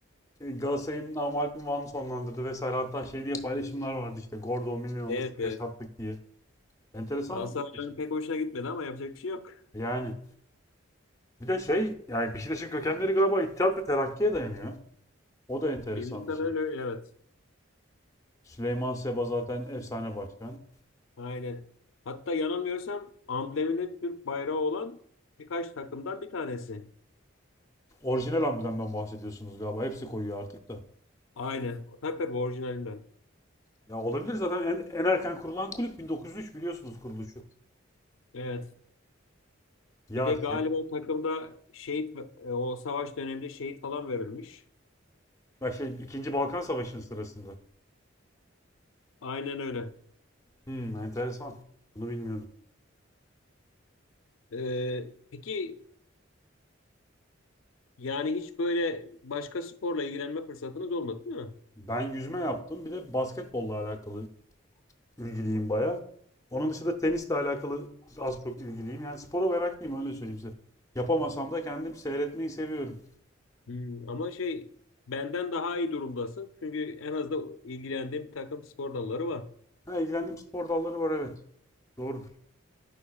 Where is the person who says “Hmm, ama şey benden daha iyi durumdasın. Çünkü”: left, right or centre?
Left